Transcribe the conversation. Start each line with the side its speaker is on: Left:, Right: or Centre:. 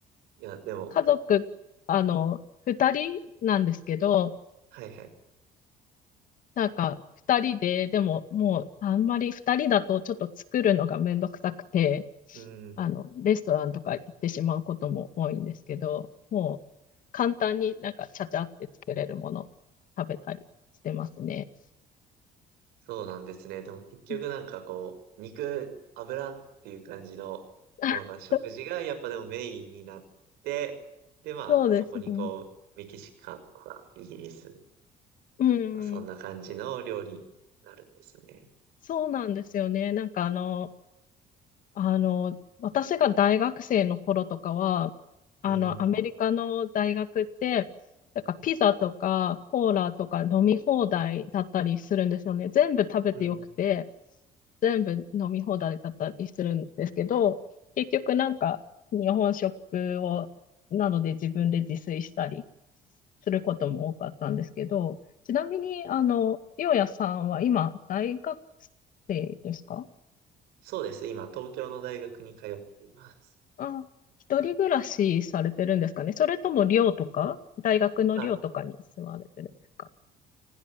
Right: や、でも、
Left: 家族の二人なんですけど、
Right: はい、はい。
Left: なんか、二人で、でももう、あんまり二人だとちょっと作るのがめんどくさくて、
Right: うん、
Left: あの、レストランとか行ってしまうことも多いんですけど、もう、簡単になんか、ちゃちゃって作れるもの食べたりしてますね。
Right: そうなんですね。でも結局なんかこう、
Left: うん
Right: 肉、油っていう感じの、
Left: <laughs>
Right: のが、食事がやっぱでもメインになって、で、まあ、
Left: そうですね。
Right: そこにこう、メキシカンとかイギリス、
Left: うん。
Right: まあ、そんな感じの料理になるんですね。
Left: そうなんですよね。なんかあの、あの、私が大学生の頃とかは、
Right: うん、
Left: あの、アメリカの大学って、なんかピザとかコーラとか飲み放題だったりするんですよね。全部食べてよくて、
Right: うん。
Left: 全部飲み放題だったりするんですけど、結局なんか日本食を、なので自分で自炊したりすることも多かったんですけど、ちなみに、あの、ようやさんは今大学生ですか
Right: そうです。今、東京の大学に通っています。
Left: あ、一人暮らしされてるんですかね。それとも寮とか、大学の寮とかに住まれてるんですか。
Right: あ、